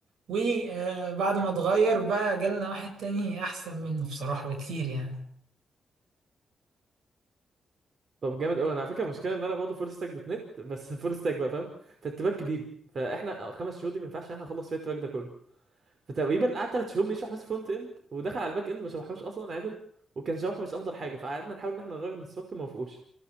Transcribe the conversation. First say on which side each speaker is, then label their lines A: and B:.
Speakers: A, on the right; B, on the right.
A: وبعد ما اتغير بقى جالنا واحد تاني احسن منه بصراحه بكتير يعني
B: طب جامد قوي انا على فكره المشكله ان انا برضه فول ستاك دوت نت بس <laughs> فول ستاك بقى فاهم فالتراك كبير فاحنا آه، خمس شهور دي ما ينفعش ان احنا نخلص فيها التراك ده كله فتقريبا قعد ثلاث شهور بيشرح بس فرونت اند ودخل على الباك اند ما شرحوش اصلا عادل وكان شرحه مش افضل حاجه فقعدنا نحاول ان احنا نغير الانستراكتور ما وافقوش